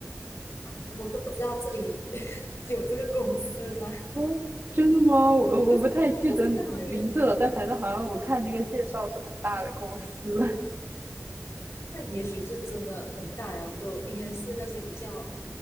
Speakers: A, on the left (about 60°); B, on the right (about 45°).
A: 我都不知道这里 <laughs> 有这个公司吗？
B: 哦，真的吗？我我不太记得名字了，
A: 我不知我不知道耶。
B: 但反正好像我看那个介绍是很大的公司。<laughs>
A: 那也许就真的很大，然后应该是那些比较